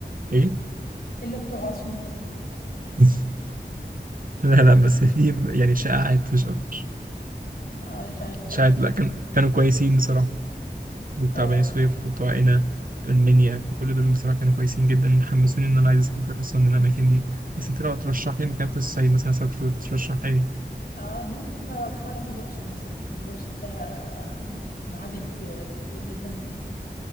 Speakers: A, on the right; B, on the left.
A: إيه؟
B: إلا بتوع أسيوط
A: <laughs> لا لا بس دي يعني شائعات مش أكتر
B: آه مش عارف كان
A: شائعات لا كان كانوا كويسين بصراحة وبتاع
B: اه
A: بني سويف وبتوع هنا المنيا كل دول بصراحة كانوا كويسين جدا حمسوني إن أنا عايز أسافر أصلا الأماكن دي بس أنت لو ترشح لي مكان في الصعيد مثلا أسافر وترشح لي
B: آه ممكن أرشح لك الأقصر مثلا الأقصر فيها آه، معابد كتير جدا